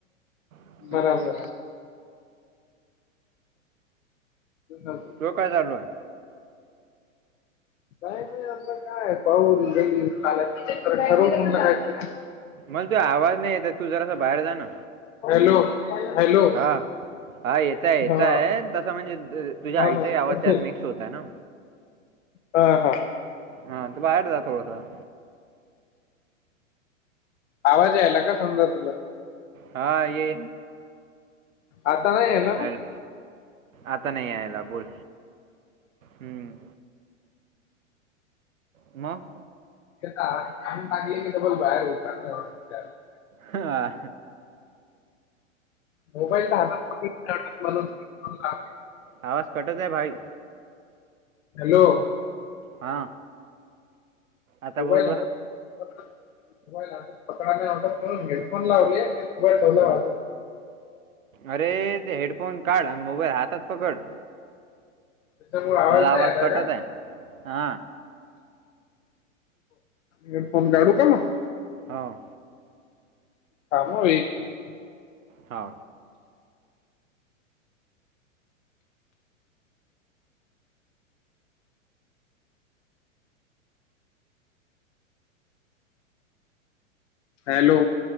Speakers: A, on the right (about 80°); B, on the left (about 65°).
A: हम्म.
B: बराबर आहे. अजून
A: तो काय चालू आहे?
B: काय नाही, आता काय पाहून घरी आल्यात, ठरवून निघायचं.
A: मला ते आवाज नाही येत आहे, तू जरासा बाहेर जा ना.
B: हॅलो! हॅलो!
A: हां, हा येतंय, येतंय
B: हा
A: तसं. म्हणजे तुझ, तुझ्या
B: हा
A: आईचाही
B: हा
A: आवाज त्यात मिक्स होतय ना.
B: हां, हा.
A: हां, तर बाहेर जा थोडस.
B: आवाज यायला का, समदा तुला?
A: हां, ये.
B: आता नाही येणार.
A: हॅलो आता नाही यायला, बोल हम्म. मग
B: <unintelligible>
A: हां.
B: मोबाईल तर हातात <inaudible>
A: आवाज कटत आहे भाई.
B: हॅलो,
A: हा. आता
B: मोबाईल
A: बोल बरं
B: हात मोबाईल हात पकडा नाही आवडत म्हणून हेडफोन लावले. मोबाईल ठेवला
A: हम्म.
B: बाजू
A: अरे ते हेडफोन काढ आणि मोबाईल हातात पकड.
B: त्याच्यामुळे
A: तुझा आवाज
B: नाही आला
A: कटत
B: का?
A: आहे हा.
B: हेडफोन काढू का मग.
A: हां.
B: का म एक मि <unintelligible>
A: हा.
B: हॅलो,